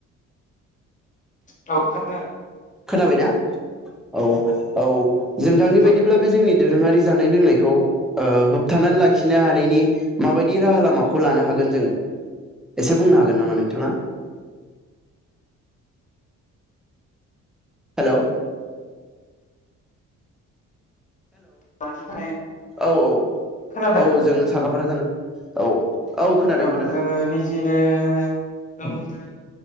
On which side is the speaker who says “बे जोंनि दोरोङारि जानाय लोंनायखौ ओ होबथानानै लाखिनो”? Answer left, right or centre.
Centre